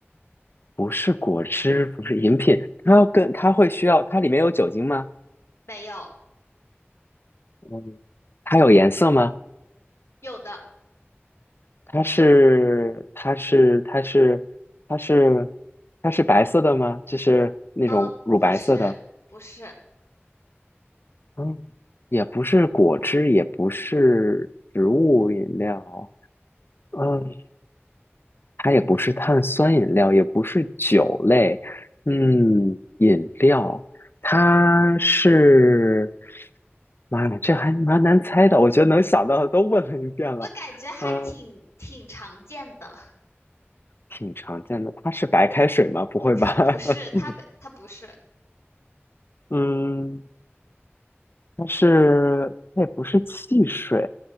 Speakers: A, on the left (about 55°); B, on the left (about 80°).
A: 不是果汁，不是饮品，它要跟它会需要，它里面有酒精吗？
B: 没有，
A: 嗯，它有颜色吗？
B: 有的。
A: 它是，它是，它是，它是，它是白色的吗？就是那种乳白色的。
B: 呃，不是，不是。
A: 嗯，也不是果汁，也不是植物饮料，嗯，它也不是碳酸饮料，也不是酒类，嗯，饮料，它是，妈呀，这还蛮难猜的，我觉得能想到的都问了一遍了，
B: 我感觉还挺挺常见的，
A: 嗯，挺常见的，它是白开水吗？不会吧？
B: <laughs> 不是他没他不是
A: <laughs> 嗯，它是，它也不是汽水，